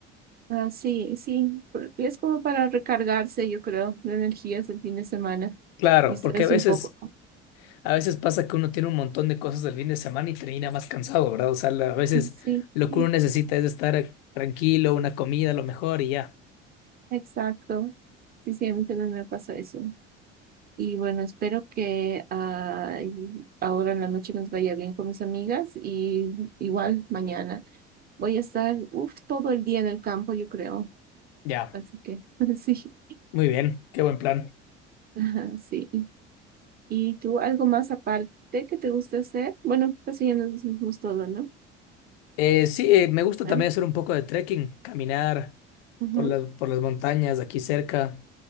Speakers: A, on the right; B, on the left.
A: Ah, sí, sí, por- es como para recargarse, yo creo, de energías del fin de semana,
B: Claro,
A: distraerse
B: porque a veces...
A: un poco.
B: A veces pasa que uno tiene un montón de cosas del fin de semana y termina más cansado, ¿verdad? O sea, la- a
A: <laughs>
B: veces
A: Sí,
B: lo
A: sí,
B: que uno necesita es estar tranquilo, una comida, lo mejor y ya.
A: exacto. Sí, sí, a mí también me pasa eso. Y bueno, espero que ah, y ahora en la noche nos vaya bien con mis amigas y igual mañana voy a estar, uf, todo el día en el campo, yo creo.
B: Ya,
A: Así que <laughs> sí,
B: muy bien, qué buen plan.
A: ah, sí. ¿Y tú algo más aparte que te gusta hacer? Bueno, pues sí, ya nos dijimos todo, ¿no?
B: Eh, sí, eh, me gusta
A: ¿Eh?
B: también hacer un poco de trekking, caminar
A: Ujú.
B: por las, por las montañas aquí cerca.